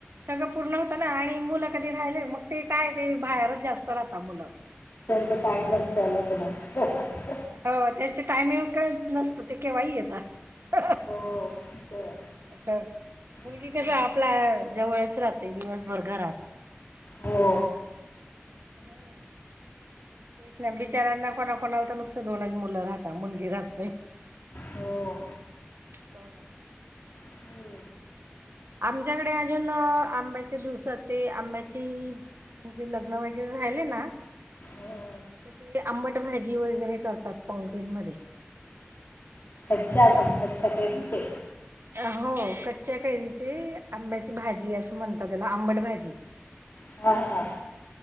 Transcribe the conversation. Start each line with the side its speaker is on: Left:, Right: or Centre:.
Right: सगळं पूर्ण होतं ना आणि मुलं कधी राहिले मग ते काय ते बाहेरच जास्त राहता मुलं
Left: कायम असचं असतं मुलाचं
Right: हो त्याचे टायमिंग काय नसतो ते केव्हाही येतात
Left: हो बरं.
Right: मुलगी
Left: हम्म.
Right: कस आपल्या जवळच राहते दिवसभर घरात
Left: हो
Right: हम्म तेच ना बिचाऱ्यांना कोणाकोणाला तर नुसतं दोनच मुलं राहतात, मुलगी राहत नाही.
Left: हो
Right: <unintelligible>
Left: हम्म.
Right: आमच्याकडे अजून आंब्याच्या दिवसात ते आंब्याची म्हणजे लग्न वगैरे राहिले ना <unintelligible>
Left: हो.
Right: तर ते आंबट भाजी वगैरे करतात, पंगतींमध्ये
Left: कच्च्या कैरीचे
Right: हो कच्च्या कैरीची आंब्याची भाजी असं म्हणतात त्याला आंबट भाजी.
Left: हा हा